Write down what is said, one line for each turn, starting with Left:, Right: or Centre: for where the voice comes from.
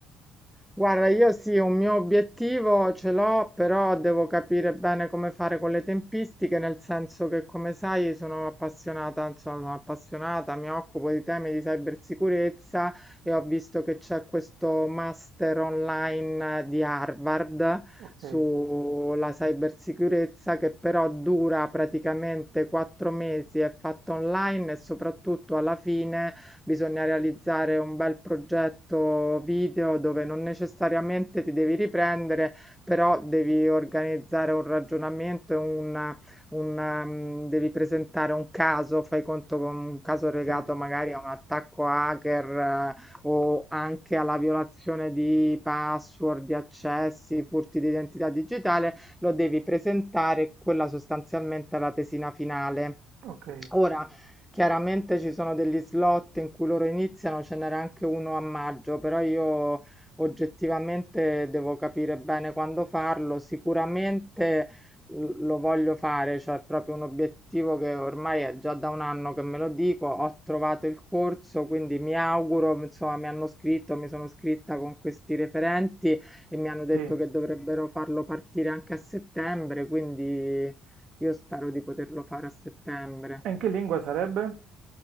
Centre: Guarda, io sì, un mio obiettivo ce l'ho, però devo capire bene come fare con le tempistiche, nel senso che, come sai, sono appassionata, insomma, sono appassionata, mi occupo di temi di cybersicurezza e ho visto che c'è questo master online eh, di Harvard
Right: Ok,
Centre: sulla cybersicurezza che però dura praticamente quattro mesi, è fatto online e soprattutto alla fine bisogna realizzare un bel progetto video dove non necessariamente ti devi riprendere, però devi organizzare un ragionamento e un, un, ehm, devi presentare un caso, fai conto con un caso legato
Right: sì,
Centre: magari a un attacco hacker, eh, o anche alla violazione di password, di accessi, furti di identità digitale, lo devi presentare, quella sostanzialmente è la tesina finale.
Right: ok,
Centre: Ora, chiaramente ci sono degli slot in cui loro iniziano, ce n'era anche uno a maggio, però io oggettivamente devo capire bene quando farlo. Sicuramente l- lo voglio fare, cioè è proprio un obiettivo che ormai è già da un anno che me lo dico. Ho trovato il corso, quindi mi auguro, insomma, mi hanno scritto, mi sono scritta con questi referenti e mi hanno detto
Right: sì. E
Centre: che dovrebbero farlo partire anche a settembre, quindi io spero di poterlo fare a settembre.
Right: in che lingua sarebbe?